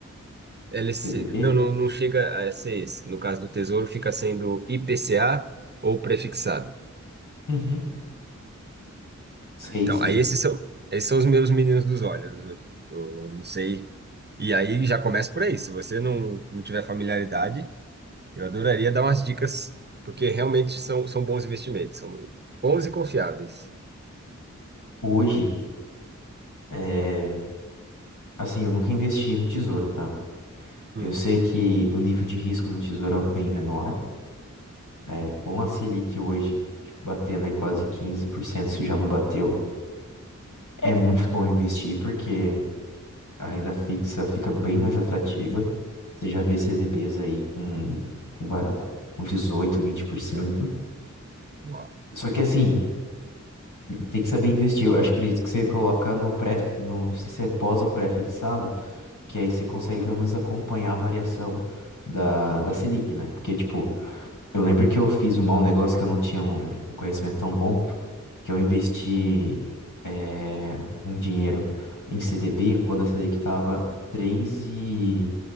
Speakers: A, on the right (about 35°); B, on the left (about 90°).
A: Eles,
B: CDB?
A: se- não, não, não chega a ser esse. No caso do Tesouro, fica sendo IPCA ou prefixado.
B: uhum, Sei,
A: Então,
B: sei.
A: aí esses são, esses são os meus meninos dos olhos. Eu, eu não sei. E aí já começa por aí. Se você não, não tiver familiaridade, Eu adoraria dar umas dicas, porque realmente são, são bons investimentos, são bons e confiáveis.
B: Hoje, é, assim, eu nunca investi no tesouro, tá?
A: Hum,
B: Eu sei que o nível de risco do tesouro é bem menor. É, com a Selic hoje, acho que batendo aí quase 15%, se já não bateu, é muito bom investir porque a renda fixa fica bem mais atrativa. Você já vê CDBs
A: hum,
B: aí com, com, ba- com dezoito, vinte por cento.
A: uau.
B: Só que assim, Tem que saber investir. Eu acho, acredito que você coloca no pré, no, não sei se é pós ou pré-fixado, que aí você consegue pelo menos acompanhar a variação da, da Selic, né? Porque, tipo, eu lembro que eu fiz um mau negócio que eu não tinha um, um conhecimento tão bom, que eu investi eh, um dinheiro em CDB quando a Selic tava três e,